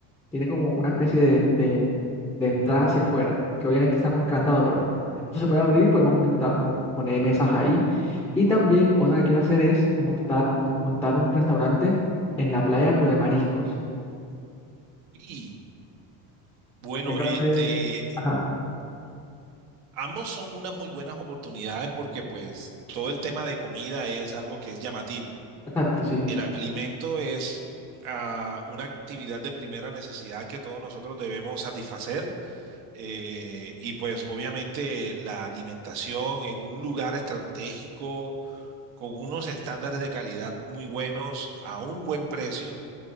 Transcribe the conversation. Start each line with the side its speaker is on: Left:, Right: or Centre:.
Centre: tiene como una especie de, de, de entrada hacia afuera, que obviamente está con candado, pero eso se puede abrir y podemos monta- mo- poner mesas ahí, y también otra que quiero hacer es montar, mon- montar un restaurante en la playa, pero de mariscos.
Right: Y bueno,
Centre: Sé que va
Right: este,
Centre: a ser- Ajá,
Right: ambos son unas muy buenas oportunidades porque pues todo el tema de comida es algo que es llamativo.
Centre: exacto, sí,
Right: El alimento es ah, una actividad de primera necesidad que todos nosotros debemos satisfacer eh, y pues obviamente la alimentación en un lugar estratégico con unos estándares de calidad muy buenos a un buen precio,